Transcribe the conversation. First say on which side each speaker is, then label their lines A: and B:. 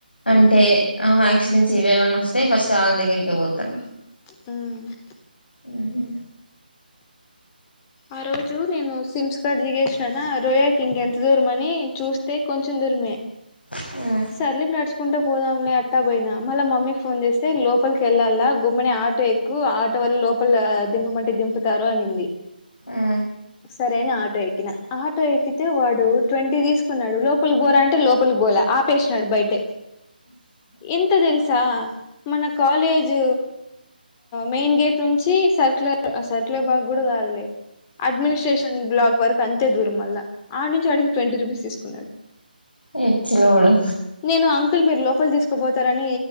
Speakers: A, on the left; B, on the left.
A: మ్మ్
B: అంటే ఆహా ఆయాక్సిడెంట్స్ ఇవేమన్నా వస్తే ఫస్ట్ ఆళ్ళ దగ్గరకే పోతారు
A: ఉ
B: ఉహు
A: ఆ రోజు నేను స్కిమ్స్ కాడ దిగేసినానా రోయాకి ఇంకెంత దూరం అని చూస్ తే కొంచెం దూరమే
B: ఆ
A: సర్లే నడుచుకుంటూ పోదాంలే అట్టా పోయిన మళ్ళీ మమ్మీకి ఫోన్ చేస్తే లోపలికి వెళ్ళాలా గుమ్మని ఆటో ఎక్ కు ఆటో వల్ల లోపల దింపమంటే దింపుతారు అనింది
B: ఆ
A: సరే అని ఆటో ఎక్కిన ఆటో ఎక్కితే వాడు ట్వంటీ తీసుకున్నాడు లోపల బోరా అంటే లోపలి బోల ఆపేసినాడు బయటే ఎంత తెలుసా మన కాలేజ్ మెయిన్ గేట్ నుంచి సర్కులర్ సర్కులర్ బాగ్ కూడా కాదులే అడ్మినిస్ట్రేషన్ బ్లాక్ వరకు అంతే దూరం మల్ల ఆడ నుంచి ఆడికి ట్వంటీ రూపీస్ తీసుకున్నాడు
B: ఏచ్చినోడు
A: నేను అంకుల్ మీరు లోపలి తీసుకుపోతారని